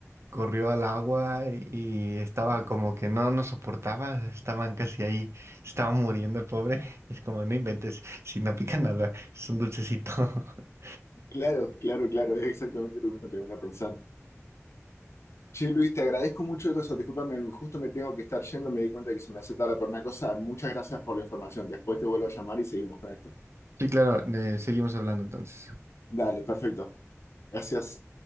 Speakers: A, on the right; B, on the left.
A: corrió al agua y estaba como que no nos soportaba, estaban casi ahí, estaba muriendo el pobre. <laughs> Es como, no inventes, si no pica nada, es un dulcecito. <laughs>
B: Claro, claro, claro, es exactamente lo que uno termina pensando. Che, Luis, te agradezco mucho de eso. Discúlpame, justo me tengo que estar yendo. Me di cuenta que se me hace tarde por una cosa. Muchas gracias por la información. Después te vuelvo a llamar y seguimos con esto.
A: Sí, claro, eh, seguimos hablando entonces.
B: Dale, perfecto. Gracias.